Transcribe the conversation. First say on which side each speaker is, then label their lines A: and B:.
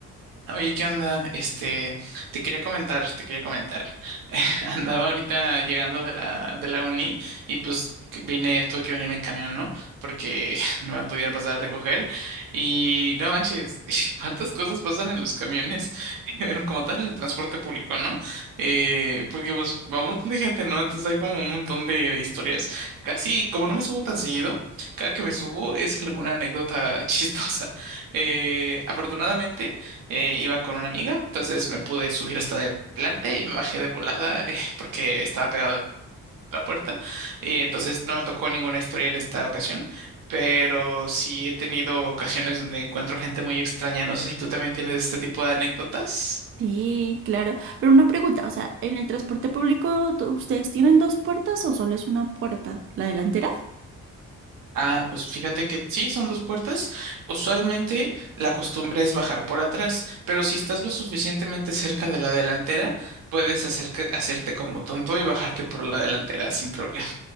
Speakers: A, on the right; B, on the right.
A: Oye, ¿qué onda? Este, te quería comentar, te quería comentar. <laughs> Andaba ahorita llegando de la, de la uni y pues que vine, tuve que venirme en camión, ¿no? Porque <laughs> no me pudieron pasar a recoger. Y no manches, <laughs> cuántas cosas pasan en los camiones, <laughs> bueno, como tal en el transporte público, ¿no? Eh, porque pues va un montón de gente, ¿no? Entonces hay como un montón de historias. Casi, como no me subo tan seguido, cada que me subo es alguna anécdota <laughs> chistosa. Eh, afortunadamente eh, iba con una amiga, entonces me pude subir hasta adelante y me bajé de volada eh, <laughs> porque estaba pegado a la puerta. Y entonces no me tocó ninguna historia en esta ocasión, pero sí he tenido ocasiones donde encuentro gente muy extraña. No sé si tú también tienes este tipo de anécdotas.
B: sí, claro. Pero una pregunta, o sea, ¿en el transporte público tú- ustedes tienen dos puertas o solo es una puerta? ¿La delantera?
A: Ah, pues fíjate que sí, son dos puertas. Usualmente la costumbre es bajar por atrás, pero si estás lo suficientemente cerca de la delantera, puedes hacer- hacerte como tonto y bajarte por la delantera sin problema.